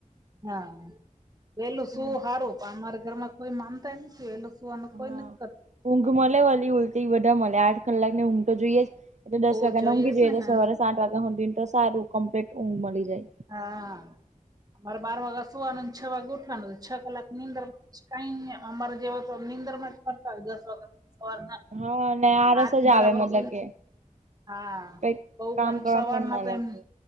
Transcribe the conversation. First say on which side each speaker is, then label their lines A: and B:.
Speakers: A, on the right; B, on the right.
A: હા પેલું શું
B: હમ
A: સારું પણ અમારા ઘરમાં કોઈ માનતા નથી વેલું
B: હા
A: કોઈ નક
B: ઊંઘ મળે વલી ઉઊલટી બધા મળે આઠ કલાક ને ઊંઘ તો જોઈએ જ તો તો દસ
A: ઓ
B: વાગ્યા
A: જોઈએ
B: ના ઊંઘી
A: જ
B: જઈએ
A: ને
B: તો
A: હા
B: સવારે સાત વાગ્યા સુધીને તો સારું કમ્પ્લીટ ઊંઘ મળી જાય
A: હા અમારે બાર વાગે સુવાનું છ વાગે ઉઠવાનું છ કલાકની અંદર માં કઈ અમારે જેવા તો નીંદર માં જ ફરતા હોય દસ વાગત સર
B: હા અને આરસ
A: હાથ
B: જ
A: બરાબર
B: આવે મતલબ
A: પલ
B: કે
A: હા
B: કઈક
A: બઉ ક
B: કામ કરવામાં
A: સવારમાં
B: મન ના
A: તો
B: લાગે
A: એમ